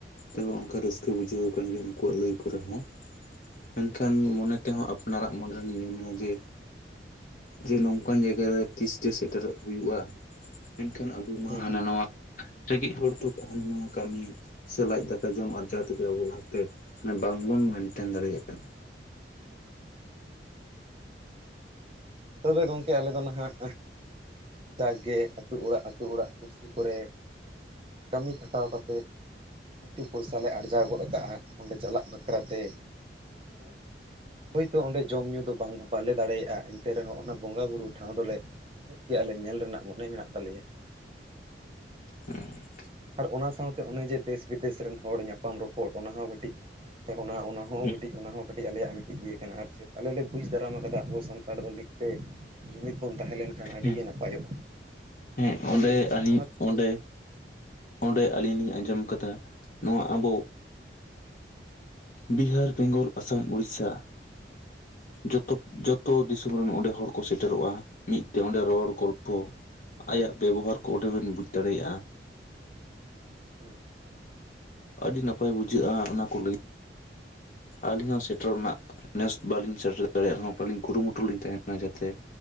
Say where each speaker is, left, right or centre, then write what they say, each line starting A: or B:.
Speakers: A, on the left; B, on the right.
A: ᱛᱮᱵᱮ ᱚᱝᱠᱟ ᱨᱟᱹᱥᱠᱟᱹ ᱵᱩᱡᱷᱟᱹᱣ ᱠᱟᱱ ᱜᱮᱭᱟ ᱩᱝᱠᱩᱣᱟᱜ ᱞᱟᱹᱭ ᱠᱚᱨᱮᱦᱚᱸ
B: <inaudible>
A: ᱢᱮᱱᱠᱷᱟᱱ
B: ᱟᱪᱪᱷᱟ
A: ᱢᱚᱱᱮ ᱛᱮᱦᱚᱸ ᱟᱯᱱᱟᱨᱟᱜ ᱢᱚᱱᱮᱨᱮ ᱱᱤᱭᱟᱹᱱᱟ ᱡᱮ ᱡᱮ ᱱᱚᱝᱠᱟᱱ ᱡᱟᱭᱜᱟ ᱨᱮ ᱛᱤᱥ ᱡᱮ ᱥᱮᱴᱮᱨᱚᱜ ᱦᱩᱭᱩᱜᱼᱟ ᱢᱮᱱᱠᱷᱟᱱ ᱟᱵᱚ ᱢᱟ
B: ᱦᱩᱸ
A: ᱦᱟᱱᱟ ᱱᱟᱣᱟ ᱨᱮᱸᱜᱮᱡ ᱦᱚᱲ ᱛᱚᱠ <unintelligible> ᱠᱟᱹᱢᱤ ᱥᱮ ᱞᱟᱡ ᱫᱟᱠᱟ ᱡᱚᱢ ᱟᱨᱡᱟᱣ ᱛᱮᱜᱮ ᱟᱵᱚ ᱚᱱᱛᱮ ᱵᱟᱝᱵᱚᱱ ᱢᱮᱱᱴᱮᱱ ᱫᱟᱲᱮᱭᱟᱜ ᱠᱟᱱᱟ
B: ᱛᱚᱵᱮ ᱜᱚᱝᱠᱮ ᱟᱞᱮ ᱫᱚ ᱱᱟᱦᱟᱜ ᱡᱟᱜᱽᱜᱮ ᱟᱹᱛᱩ ᱚᱲᱟᱜ ᱟᱹᱛᱩ ᱚᱲᱟᱜ ᱯᱩᱲᱥᱤ ᱠᱚᱨᱮ ᱠᱟᱹᱢᱤ ᱠᱷᱟᱴᱟᱣ ᱠᱟᱛᱮᱫ ᱠᱤᱪᱷᱩ ᱯᱚᱭᱥᱟ ᱞᱮ ᱟᱨᱡᱟᱣ ᱜᱚᱫ ᱠᱟᱜᱼᱟ ᱚᱸᱰᱮ ᱪᱟᱞᱟᱜ ᱵᱟᱠᱷᱨᱟ ᱛᱮ, ᱦᱮᱸ ᱦᱳᱭᱛᱳ ᱚᱸᱰᱮ ᱡᱚᱢᱼᱧᱩ ᱫᱚ ᱵᱟᱝ ᱵᱟᱞᱮ ᱫᱟᱲᱮᱭᱟᱜᱼᱟ ᱮᱱᱛᱮ ᱨᱮᱦᱚᱸ ᱚᱱᱟ ᱵᱚᱸᱜᱟᱼ ᱵᱩᱨᱩ ᱴᱷᱟᱶ ᱫᱚᱞᱮ ᱱᱤᱦᱟᱹᱛ ᱜᱮ ᱟᱞᱮ ᱧᱮᱞ ᱨᱮᱱᱟᱜ ᱢᱚᱱᱮ ᱢᱮᱱᱟᱜ ᱛᱟᱞᱮᱭᱟ
A: ᱦᱩᱸ
B: ᱟᱨ ᱚᱱᱟ ᱥᱟᱶᱛᱮ ᱚᱱᱮ ᱡᱮ ᱫᱮᱥ ᱵᱤᱫᱮᱥ ᱨᱮᱱ ᱦᱚᱲ ᱧᱟᱯᱟᱢ ᱨᱚᱯᱚᱲ ᱚᱱᱟ ᱦᱚᱸ ᱢᱤᱫᱴᱤᱡ <unintelligible> ᱚᱱᱟ ᱦᱚᱸ
A: ᱦᱮᱸ
B: ᱢᱤᱫᱴᱤᱡ ᱚᱱᱟ ᱦᱚᱸ ᱠᱟᱹᱴᱤᱡ ᱟᱞᱮᱭᱟᱜ ᱢᱤᱫᱴᱤᱡ ᱤᱭᱟᱹ ᱠᱟᱱᱟ ᱟᱨ ᱪᱮᱫ, ᱟᱞᱮ ᱞᱮ ᱵᱩᱡᱽ ᱫᱟᱨᱟᱢ ᱟᱠᱟᱫᱟ ᱟᱵᱚ ᱥᱟᱱᱛᱟᱲ ᱫᱚ ᱢᱤᱫ ᱥᱮ ᱡᱩᱢᱤᱫ ᱵᱚᱱ ᱛᱟᱦᱮᱸ ᱞᱮᱱᱠᱷᱟᱱ ᱟᱹᱰᱤ
A: ᱦᱮᱸ
B: ᱜᱮ ᱱᱟᱯᱟᱭᱚᱜᱼᱟ
A: ᱦᱮᱸ
B: ᱛᱚᱵᱮ
A: ᱚᱸᱰᱮ ᱟᱹᱞᱤᱧ
B: ᱚᱱᱟ
A: ᱚᱸᱰᱮ ᱚᱸᱰᱮ ᱟᱹᱞᱤᱧ ᱞᱤᱧ ᱟᱸᱡᱚᱢ ᱟᱠᱟᱫᱟ᱾ ᱱᱚᱣᱟ ᱟᱵᱚ ᱵᱤᱦᱟᱨ ᱵᱮᱝᱜᱚᱞ ᱟᱥᱟᱢ ᱚᱲᱤᱥᱥᱟ ᱡᱚᱛᱚ ᱡᱚᱛᱚ
B: ᱦᱩᱸ
A: ᱫᱤᱥᱚᱢ ᱟ ᱨᱮᱱ ᱚᱸᱰᱮ ᱦᱚᱲ ᱠᱚ ᱥᱮᱴᱮᱨᱚᱜᱼᱟ ᱢᱤᱫ ᱛᱮ ᱚᱸᱰᱮ ᱨᱚᱲ ᱜᱚᱞᱯᱚ, ᱟᱭᱟᱜ ᱵᱮᱵᱚᱦᱟᱨ ᱠᱚ ᱚᱸᱰᱮ ᱵᱮᱱ ᱵᱩᱡᱽ ᱫᱟᱲᱮᱭᱟᱜᱼᱟ᱾
B: <inaudible>
A: ᱟᱹᱰᱤ ᱱᱟᱯᱟᱭ ᱵᱩᱡᱷᱟᱹᱜᱼᱟ ᱚᱱᱟ ᱠᱚ ᱞᱟᱹᱭ, ᱟᱹᱞᱤᱧ ᱦᱚᱸ ᱥᱮᱴᱮᱨ ᱨᱮᱱᱟᱜ ᱱᱮᱥ ᱵᱟᱞᱤᱧ ᱥᱮᱴᱮᱨ ᱫᱟᱲᱮᱭᱟᱜ ᱨᱮᱦᱚᱸ ᱵᱟᱹᱞᱤᱧ ᱠᱩᱨᱩᱢᱩᱴᱩ ᱞᱤᱧ ᱛᱟᱦᱮᱱᱟ, ᱚᱱᱟ ᱡᱟᱛᱮ